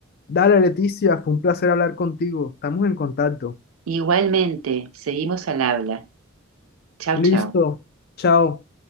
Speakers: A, on the left; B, on the right.
A: Dale, Leticia, fue un placer hablar contigo. Estamos en contacto.
B: Igualmente, seguimos al habla. Chau,
A: Listo.
B: chau.
A: Chao.